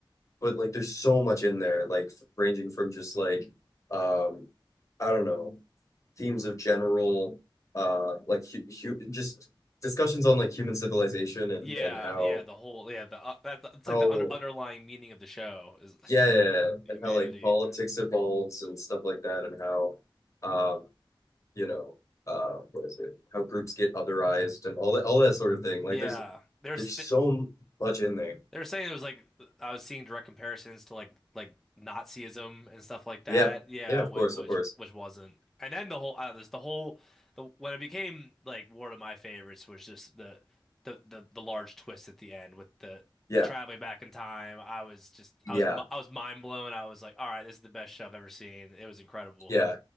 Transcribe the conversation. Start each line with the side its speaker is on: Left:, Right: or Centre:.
Left: but like there's so much in there, like ranging from just like um, I don't know, themes of general uh like hu- hu- just discussions on like human civilization and
Centre: Yeah,
Left: and how
Centre: yeah, the whole yeah, the uh, that it's
Left: how
Centre: like the under, underlying meaning of the show is
Left: yeah,
Centre: <laughs>
Left: yeah,
Centre: yeah,
Left: yeah,
Centre: humanity.
Left: and how like politics evolves and stuff like that and how um you know uh what is it how groups get otherized and all that all that sort of thing like
Centre: Yeah.
Left: there's
Centre: There's
Left: there's so much in there
Centre: They were saying it was like I was seeing direct comparisons to like like Nazism and stuff like that.
Left: yeah
Centre: Yeah,
Left: yeah of
Centre: which
Left: course
Centre: which,
Left: of course
Centre: which wasn't. And then the whole uh, this the whole the when it became like one of my favorites was just the the the, the large twist at the end with the
Left: yeah
Centre: the traveling back in time. I was just
Left: yeah
Centre: I was mi- I was mind blown. I was like, all right, this is the best show I've ever seen. It was incredible.
Left: Yeah.